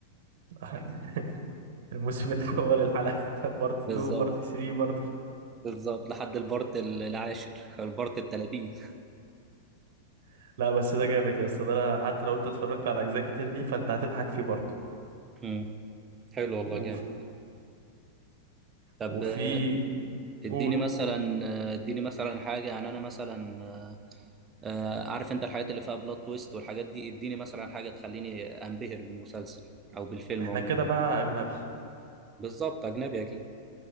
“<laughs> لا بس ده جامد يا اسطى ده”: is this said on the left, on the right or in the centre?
Right